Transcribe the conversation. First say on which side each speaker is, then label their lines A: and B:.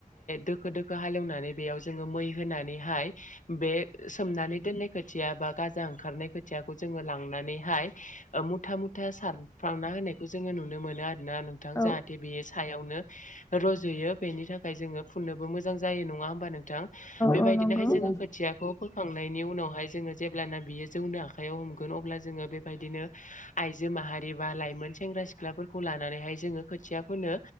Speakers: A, on the left; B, on the left.
A: दोखो दोखो हालनानै बेयाव जों मै होनानैहाय बे सोमनानै दोननाय खोथिया बा गा ओंखारनाय खोथियाखौ जोङो लांनानैहाय ओ मुथा मुथा सार ना होनायखौ जोङो नुनो मोनो आरो ना नोंथां
B: औ
A: जाहाथे बे सायावनो रजुयो बेनि थाखाय जोङो फुनोबो मोजां जायो नङा होमबा नों थां बेबायदिनोहाय
B: औ नंगौ
A: जोङो
B: औ
A: खोथियाखौ फोखांनायनि उनावहाय जोङो जेब्लाना बियो जौनो आखायाव हमगोन अब्ला जोङो बेबायदिनो आइजो माहारि बा लाइमोन सेंग्रा सिख्लाफोरखौ लानानैहाय जोङो खोथिया फोनो